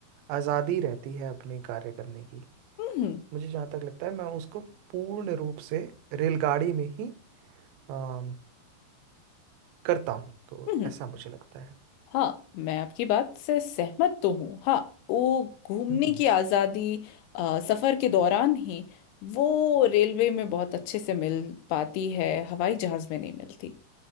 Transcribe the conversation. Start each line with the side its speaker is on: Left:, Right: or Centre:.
Right: आज़ादी रहती है अपने कार्य करने की
Left: हम्म
Right: मुझे जहाँ तक लगता है मैं उसको पूर्ण रूप से रेलगाड़ी में ही अम, करता हूँ तो
Left: हम्म
Right: ऐसा मुझे लगता है
Left: हाँ मैं आपकी बात से सहमत तो हूँ हाँ वो घूमने
Right: हम्म,
Left: की आज़ादी अ, सफ़र के दौरान ही वो रेलवे में बहुत अच्छे से मिल पाती है हवाई जहाज़ में नहीं मिलती